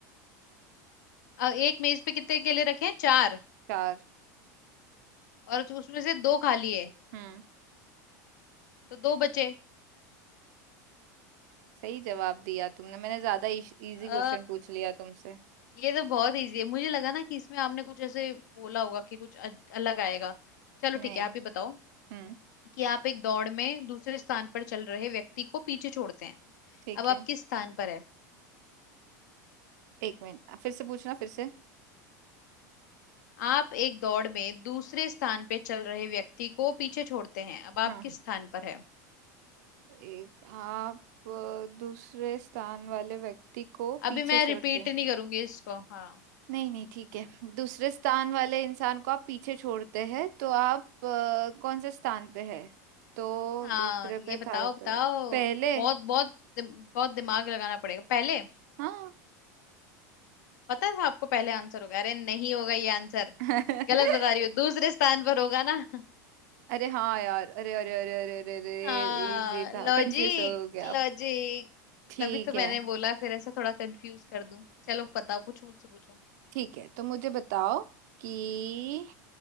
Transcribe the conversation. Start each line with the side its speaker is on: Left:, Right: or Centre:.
Left: अब एक मेज पे कितने केले रखे हैं चार
Right: चार
Left: और तो उसमें से दो खाली है
Right: हम्म
Left: तो दो बचे
Right: सही जवाब दिया तुमने मैंने ज्यादा इजी
Left: अ
Right: क्वेश्चन पूछ लिया तुमसे
Left: ये तो बहुत इजी है मुझे लगा ना कि इसमें आपने कुछ ऐसे बोला होगा कि कुछ अ- अलग आएगा चलो
Right: नहीं
Left: ठीक है आप ही बताओ
Right: हम्म
Left: कि आप एक दौड़ में दूसरे स्थान पर चल रहे व्यक्ति को पीछे छोड़ते हैं
Right: ठीक
Left: अब
Right: है
Left: आप किस स्थान पर है
Right: एक मिनट फिर से पूछना फिर से
Left: आप एक दौड़ में दूसरे स्थान पे चल रहे व्यक्ति को पीछे छोड़ते हैं अब आप
Right: हाँ
Left: किस स्थान पर है
Right: एक आप अ, दूसरे स्थान वाले व्यक्ति को पीछे
Left: अभी मैं
Right: छोड़ते
Left: रिपीट
Right: हैं
Left: नहीं करूंगी इसको हाँ
Right: नहीं नहीं ठीक है <laughs> दूसरे स्थान वाले इंसान को आप पीछे छोड़ते हैं तो आप अ, कौन से स्थान पे है तो
Left: हाँ
Right: दूसरे
Left: ये
Right: पे
Left: बताओ
Right: था तो
Left: बताओ
Right: पहले
Left: बहुत बहुत दिम- बहुत दिमाग लगाना पड़ेगा पहले
Right: हाँ
Left: पता था आपको पहले आंसर होगा अरे नहीं होगा ये आंसर
Right: <laughs>
Left: गलत बता रही हो दूसरे स्थान पर होगा ना
Right: अरे हाँ यार अरे अरे अरे अरे अरे अरे
Left: हाँ
Right: इजी था
Left: लॉजिक
Right: कंफ्यूज हो गया आप
Left: लॉजिक
Right: ठीक
Left: तभी तो मैंने
Right: है
Left: बोला फिर ऐसे थोड़ा कंफ्यूज कर दूं चलो बताओ पूछो मुझसे पूछो
Right: ठीक है तो मुझे बताओ कि